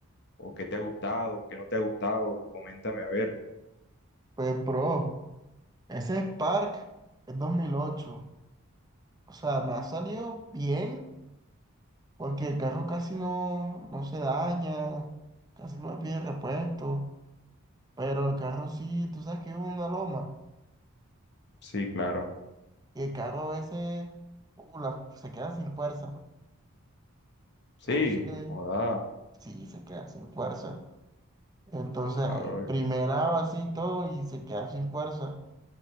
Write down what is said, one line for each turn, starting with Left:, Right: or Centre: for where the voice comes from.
Left: ¿O qué te ha gustado? ¿Qué no te ha gustado? Coméntame, a ver.
Right: Pues, bro, ese Spark es dos mil ocho O sea, me ha salido bien porque el carro casi no, no se daña, casi no me pide repuesto. Pero el carro sí, tú sabes que vivo en una loma
Left: Sí, claro.
Right: y el carro a veces uh, la- se queda sin fuerza. pues.
Left: Sí,
Right: Entonces,
Left: joda,
Right: sí, se queda sin fuerza. Entonces,
Left: ah, bro,
Right: en primera así y todo y se queda sin fuerza.